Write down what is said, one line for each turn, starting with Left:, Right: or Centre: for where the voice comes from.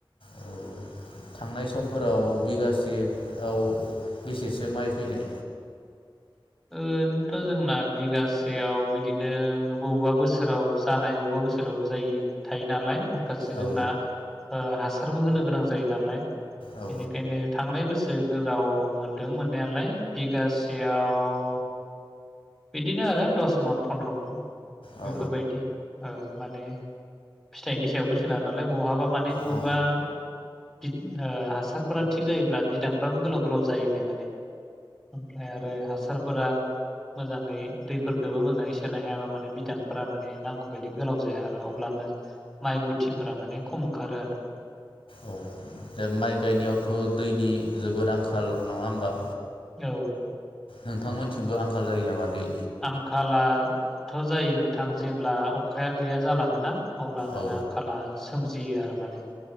Left: औ थांनाय समफोराव बिगासेआव औ बेसेसो माइ फैनाय
Centre: ओरैनोथ जोंना बिगासेयाव बिदिनो बबेबा बोसोराव जानाय बबेबा बोसोराव जायो थायो नालाय गासै
Left: औ
Centre: जोंना ओ हासारबो होनो गोनां जायो नालाय
Left: औ
Centre: बेनिखायनो थांनाय बोस सो गोलाव मोनदों मोननायालाय बिगासेयाव बिदिनो आरो दस मन फन्द्र मन
Left: औ
Centre: बेफोरबायदि आरो माने फिथाइनि सायावबो सोनारो नालाय बहाबा माने बबेबा
Left: औ
Centre: बिद हासारफोरा थिग जायोब्ला बिदांफ्राबो गोलाव गोलाव जायोलाय माने ओमफ्राय आरो हासारफोरा मोजाङै दैफोरखौबो मोजाङै सोनो हायाबा माने बिदांफ माने नांगौबायायदि गोलाव जाया आरो अब्लानो माइ गुथिफोरा माने खम ओंखारो आरो
Left: औ दे माइ गायनायावथ दैनि जोबोद आंखाल नङा होमबा
Centre: औ
Left: नोंथांमोनथिंबो आंखाल जायो नामा दै
Centre: आंखालाथ जायो नोंथां जेब्ला अखाया गैया जालां <unintelligible> ना अब्लानो
Left: औ
Centre: आंखाला सो सोमजियो आरो माने।